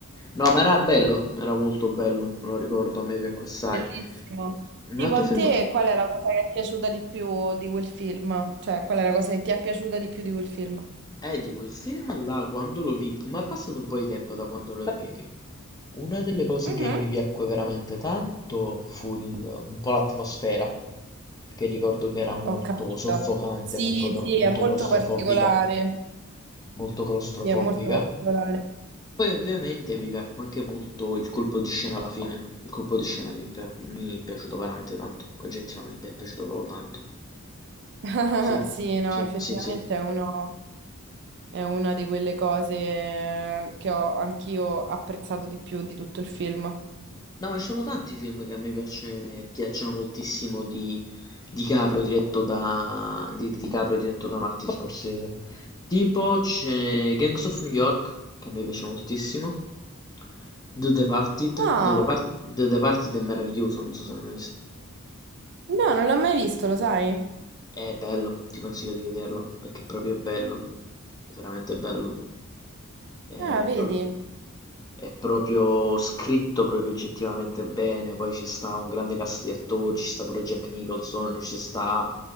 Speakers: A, on the left; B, on the right.
A: No, ma era bello, era molto bello, me lo ricordo, a me piacque assai.
B: bellissimo.
A: Un
B: Tipo
A: altro
B: a
A: film...
B: te, qual è la cosa che ti è piaciuta di più di quel film? Cioè, qual è la cosa che ti è piaciuta di più di quel film?
A: Eh, dico, il film là, quando lo vidi... Ma è passato un po' di tempo da quando lo vidi. Una delle cose
B: Mhm,
A: che mi piacque veramente tanto fu il- un po' l'atmosfera, perché ricordo che era molto
B: Ho capito.
A: soffocante,
B: Sì,
A: molto, tro-
B: sì,
A: molto
B: è molto
A: claustrofobica,
B: particolare.
A: molto claustrofobica.
B: Sì, è molto particolare.
A: Poi ovviamente mi piacque anche molto il colpo di scena alla fine, il colpo di scena mi, piac- mi è piaciuto veramente tanto, oggettivamente è piaciuto proprio tanto.
B: <laughs>
A: Sì,
B: Sì, no,
A: sì,
B: effettivamente
A: sì, sì.
B: è uno- è una di quelle cose eh, che ho anch'io apprezzato di più di tutto il film.
A: No, ma ci sono tanti film che a me piace- piacciono moltissimo di DiCaprio diretto da, di DiCaprio diretto da Martin Scorsese. Tipo c'è Gangs of New York, che a me piace moltissimo. The Departed,
B: Ah,
A: The Depart- The Departed è meraviglioso, non so se l'hai mai visto.
B: no, non l'ho mai visto, lo sai?
A: È bello, ti consiglio di vederlo, perché è proprio bello, è veramente bello. È,
B: Ah, vedi.
A: pro- è proprio scritto proprio oggettivamente bene, poi ci sta un grande cast di attori, ci sta pure Jack Nicholson, ci sta